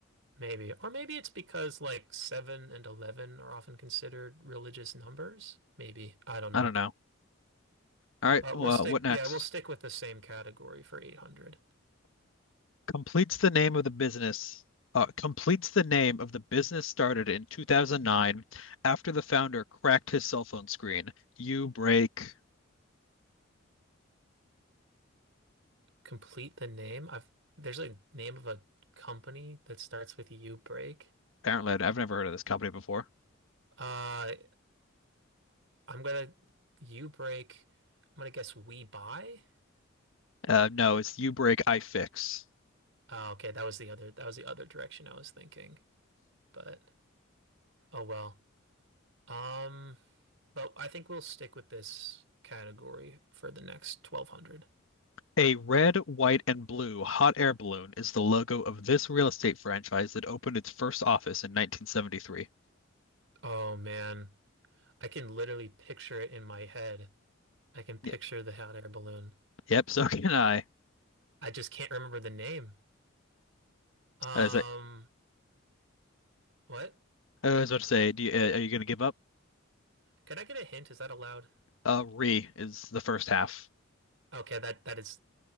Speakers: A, on the right; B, on the left.
A: Maybe. Or maybe it's because like 7 and 11 are often considered religious numbers. Maybe. I don't
B: I
A: know.
B: don't know. All right,
A: But
B: well,
A: we'll stick
B: uh, what next?
A: yeah, we'll stick with the same category for 800.
B: Completes the name of the business. Uh, completes the name of the business started in 2009 after the founder cracked his cell phone screen. You break.
A: complete the name. I've there's a name of a company that starts with U break.
B: Apparently, i have never heard of this company before.
A: Uh, I'm gonna U break. I'm gonna guess we buy.
B: Uh, no, it's You Break, I Fix.
A: Oh, okay, that was the other that was the other direction I was thinking. But oh well. Um, but I think we'll stick with this category for the next 1200.
B: A red, white, and blue hot air balloon is the logo of this real estate franchise that opened its first office in 1973.
A: Oh man, I can literally picture it in my head. I can picture
B: Yep,
A: the hot air balloon.
B: yep, so can I.
A: I just can't remember the name. Um,
B: Uh, Is that
A: what?
B: I was about to say, do you, uh, are you going to give up?
A: Can I get a hint? Is that allowed?
B: Uh, re is the first half.
A: Okay, that that is.